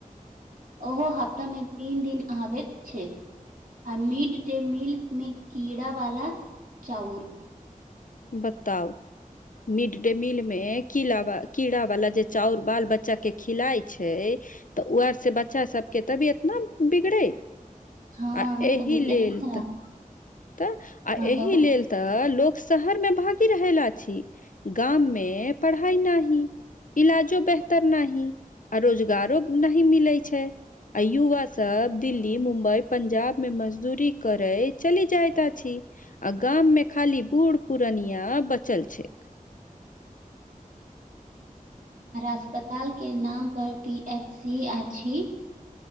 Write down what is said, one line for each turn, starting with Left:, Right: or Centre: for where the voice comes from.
Right: ओहो हफ्तामे तीन दिन आबैत छै आ मिड डे मील में कीड़ा वाला चाउर
Left: बताउ मिड डे मील मे कीड़ कीड़ा वाला जे चाउर बाल बच्चा के खिलााय छै तऽ उर से बच्चा सबके तभी एतना बिगड़ै
Right: हँ
Left: आ एहि
Right: तबीयते
Left: लेल
Right: न खराब
Left: तऽ तऽ आ
Right: हँ
Left: एहि
Right: कहू
Left: लेल तऽ लोग शहर मे भागि रहल छी गाम मे पढ़ाई नाहि इलाजो बेहतर न आ रोजगारो नही मिलै छै आ युवा सब दिल्ली मुम्बई पंजाब में मजदूरी करे चलि जायता छी आ गाम में खाली बूढ़ पुरनिया बचल छै
Right: हमरा अस्पतालके नामपर पी एच सी अछि